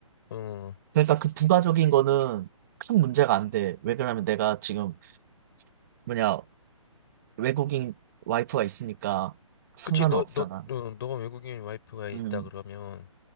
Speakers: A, on the left (about 45°); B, on the right (about 35°).
A: 어.
B: 그러니까 그 부가적인 거는 큰 문제가 안 돼. 왜 그러냐면 내가 지금 뭐냐, 외국인 와이프가 있으니까 상관은
A: 그치, 너,
B: 없잖아.
A: 너, 어, 너가 외국인 와이프가 있다
B: 음,
A: 그러면